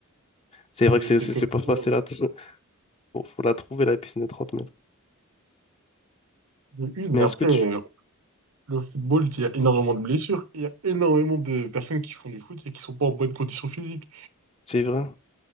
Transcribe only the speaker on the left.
C'est
vrai que c'est
c'est-
c'est
pas facile à. tr- <laughs> Faut faut la trouver, la piscine de 30 mètres.
Mais
est-ce que tu.
C'est vrai.